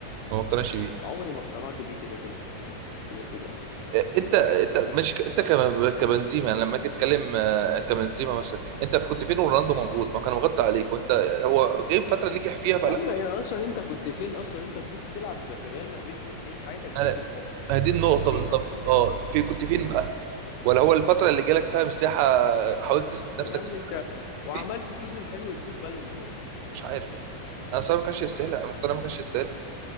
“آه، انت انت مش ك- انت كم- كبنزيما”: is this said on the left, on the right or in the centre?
Right